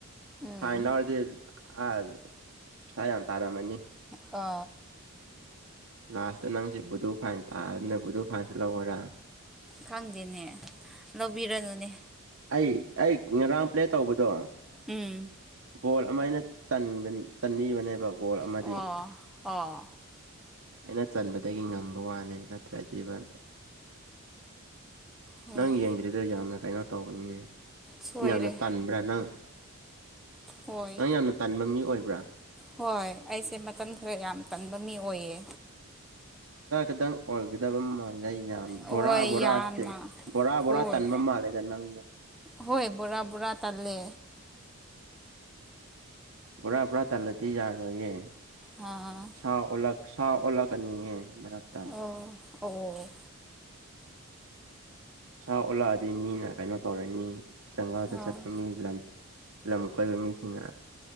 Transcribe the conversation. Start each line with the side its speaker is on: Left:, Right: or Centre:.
Centre: ꯎꯝ
Right: ꯐꯥꯏꯟꯂ ꯑꯣꯏꯔꯗ ꯑ ꯏ ꯍꯥꯏ ꯇ ꯑꯔꯃꯅꯤ
Centre: ꯀꯥ
Right: ꯂꯥꯁꯇ ꯅꯪꯁꯦ ꯕꯨꯗꯨ ꯐꯥꯏꯟ ꯇꯥꯗꯅ ꯕꯨꯗꯨ ꯐꯥꯏꯟꯁꯨ ꯂꯧꯈꯔꯥ
Centre: ꯈꯪꯗꯦꯅꯦ ꯂꯧꯕꯤꯔꯅꯨꯅꯦ
Right: ꯑꯩ ꯑꯩ ꯉꯥꯡ ꯄ꯭ꯂꯦ ꯇꯧꯕꯗꯣ
Centre: ꯎꯝ
Right: ꯕꯣꯜ ꯑꯃ ꯑꯩꯅ ꯆꯟꯕꯤꯕꯅꯦꯕ ꯕꯣꯜ ꯑꯃꯗꯤ
Centre: ꯑꯣ
Right: ꯑ
Centre: ꯑꯣ ꯑꯣ
Right: ꯑꯩꯅ ꯆꯟꯕꯗꯒꯤ ꯉꯝꯕ ꯋꯥꯅꯦ ꯅꯠꯇ꯭ꯔꯒꯤꯕ
Centre: ꯍꯣꯏ
Right: ꯅꯪ ꯌꯦꯡꯗꯔꯤꯗ ꯌꯥꯝꯅꯔꯥꯏ ꯇꯧꯤꯅꯦ
Centre: ꯁꯣꯏꯔꯦ
Right: ꯌꯥꯝꯅ ꯇꯟꯕ꯭ꯔꯥ ꯅꯪ
Centre: ꯍꯣꯏ
Right: ꯅꯪ ꯌꯥꯝꯅ ꯇꯟꯕ ꯃꯤ ꯑꯣꯏꯕ꯭ꯔꯥ
Centre: ꯍꯣꯏ ꯑꯩꯁꯦ ꯃꯇꯝ ꯈꯔ ꯌꯥꯝ ꯇꯟꯕ ꯃꯤ ꯑꯣꯏꯌꯦ
Right: ꯑꯗꯪ ꯑꯣꯏꯒꯗꯕꯝ ꯃꯥ ꯩ ꯌꯥꯝ ꯕꯣꯔꯥ
Centre: ꯍꯣꯏ
Right: ꯕꯣꯔꯥ
Centre: ꯌꯥꯝꯅ
Right: ꯕꯣꯔꯥ ꯕꯣꯔꯥ
Centre: ꯍꯣꯏ
Right: ꯇꯟꯕ ꯃꯥꯜꯂꯦꯗ ꯅꯪ
Centre: ꯍꯣꯏ ꯕꯣꯔꯥ ꯕꯣꯔꯥ ꯇꯥꯂꯦ
Right: ꯄꯨꯔꯥ ꯄꯨꯔꯥ ꯇꯂꯗꯤ ꯌꯥꯔꯣꯏꯌꯦ
Centre: ꯑꯥ
Right: ꯁꯥ ꯑꯣ ꯁꯥ ꯑꯣꯜꯂꯛꯀꯅꯤꯍꯦ ꯃꯔꯛꯇ
Centre: ꯑꯣ ꯑꯣ
Right: ꯁꯥ ꯎꯜꯂꯛꯑꯗꯤ ꯃꯤꯅ ꯀꯩꯅꯣ ꯇꯧꯔꯅꯤ ꯖꯪꯒꯥꯜꯗ
Centre: ꯑꯥ
Right: ꯆꯠꯄ ꯃꯤ ꯂꯝ ꯂꯝ ꯀꯣꯏꯕ ꯃꯤꯁꯤꯡꯅ